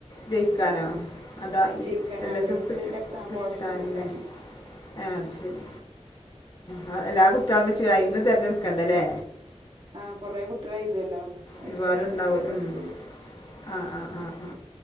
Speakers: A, on the left; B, on the right.
A: ജയിക്കാനോ അതാ ഈ
B: ജയിക്കാൻ
A: എൽ എസ് എസ്
B: എസിന്റെ എക്സാ സ്കോളർഷിപ്പ്
A: കിട്ടാനില്ലേ?
B: കിട്ടാന്
A: ഏ അത് ശരി ആ എല്ലാ കുട്ടികളും വെച്ച് അയിന്ന് തെരഞ്ഞെടുക്കേണ്ടല്ലേ.
B: ആ കൊറെ കുട്ടേള് ഏഴുതോല്ലോ അതിന്ന്
A: ഒരുപാടുണ്ടാവുമല്ലോ
B: നല്ലോണ്ണം കിട്ടിയാലേ കിട്ടുള്ളൂ.
A: ഉം. ആ ആ ആ ആ